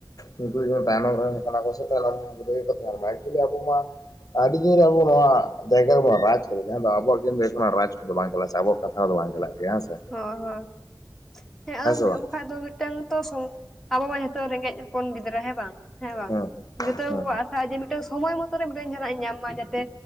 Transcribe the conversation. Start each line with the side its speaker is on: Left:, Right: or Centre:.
Left: ᱩᱱᱠᱩ ᱠᱚ ᱡᱮᱢᱚᱱ ᱛᱟᱭᱱᱚᱢ ᱨᱮᱱ ᱠᱟᱱᱟ ᱠᱚ ᱥᱮ ᱛᱟᱭᱱᱚᱢ ᱨᱮᱜᱮ ᱠᱚ ᱛᱟᱦᱮᱱ ᱢᱟ ᱮᱠᱪᱩᱣᱮᱞᱤ ᱟᱵᱚ ᱢᱟ ᱟᱹᱰᱤ ᱫᱤᱱ ᱨᱮ ᱟᱵᱚ ᱱᱚᱣᱟ ᱡᱟᱭᱜᱟ ᱨᱮᱵᱚ ᱨᱟᱡᱽ ᱠᱚᱨᱮ ᱡᱟᱦᱟᱸ ᱫᱚ ᱟᱵᱚᱣᱟᱜ ᱠᱤᱱ ᱨᱟᱡᱽ ᱠᱚᱫᱚ ᱵᱟᱝ ᱪᱟᱞᱟᱜ ᱥᱮ ᱟᱵᱚᱣᱟᱜ ᱠᱟᱛᱷᱟ ᱫᱚ ᱵᱟᱝ ᱪᱟᱞᱟᱜ ᱜᱮᱭᱟ ᱦᱮᱸ ᱥᱮ ᱾
Centre: ᱦᱚᱸ ᱦᱚᱸ, ᱦᱮᱸ ᱟᱫᱚ
Left: ᱵᱟᱝ
Centre: ᱦᱮᱸ ᱵᱟᱠᱷᱟᱡ ᱫᱚ ᱢᱤᱫᱴᱟᱝ ᱛᱚ ᱥᱚᱝ ᱟᱵᱚ ᱢᱟ ᱡᱷᱚᱛᱚ ᱨᱮᱸᱜᱮᱡ ᱦᱚᱯᱚᱱ ᱜᱤᱫᱽᱨᱟᱹ ᱦᱮᱸ ᱵᱟᱝ ᱦᱮᱸ ᱵᱟᱝ,
Left: ᱦᱩᱸ
Centre: ᱡᱚᱛᱚ
Left: ᱦᱩᱸ
Centre: ᱠᱚᱠᱚ ᱟᱥᱟᱜᱼᱟ ᱡᱮ ᱴᱮᱝ ᱥᱚᱢᱚᱭ ᱢᱚᱛᱚᱮ ᱢᱤᱫᱴᱮᱝ ᱡᱟᱦᱟᱱᱟᱜ ᱤᱧ ᱧᱟᱢ ᱢᱟ ᱡᱟᱛᱮ